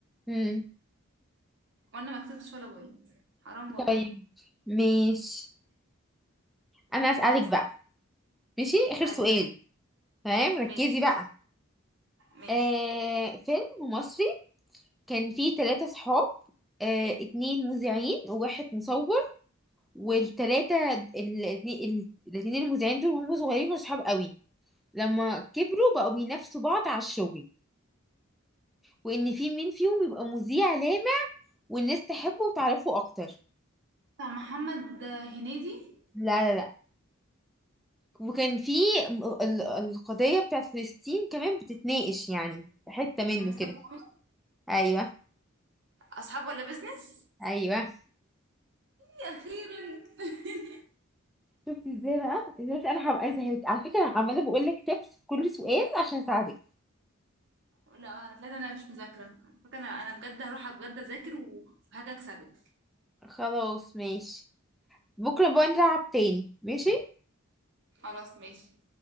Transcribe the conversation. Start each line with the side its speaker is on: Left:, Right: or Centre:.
Centre: امم
Right: وانا ما كسبتش ولا بوينت حرام والله
Centre: طيب ماشي انا اسألك
Right: خلاص
Centre: بقى ماشي اخر
Right: اسالي
Centre: سؤال تمام ركزي
Right: ماشي
Centre: بقى
Right: ماشي
Centre: آه فيلم مصري كان فيه ثلاثة صحاب آه اتنين مذيعين وواحد مصور والتلاتة ال- الاتنين الاتنين المذيعين دول وهم صغيرين كانوا صحاب قوي لما كبروا بقوا بينافسوا بعض على الشغل وان في مين فيهم يبقى مذيع لامع والناس تحبه وتعرفه اكتر
Right: بتاع محمد هنيدي
Centre: لا لا لا وكان في م- ال- القضية بتاعت فلسطين كمان بتتناقش يعني في حتة منه
Right: أيوة، مصطفى
Centre: كده
Right: عمر
Centre: ايوه
Right: اصحاب ولا بيزنس
Centre: ايوه
Right: إيه، اخيرا <laughs>
Centre: شفت ازاي بقى ازاي انا هبقى سهلت على فكرة انا عمالة بقول لك تبس في كل سؤال عشان اساعدك
Right: لا لا ده انا مش مذاكره فاكرة انا انا بجد هروح بجد اذاكر وهاجي اكسبك
Centre: خلاص ماشي بكرة بقى نلعب تاني ماشي
Right: خلاص ماشي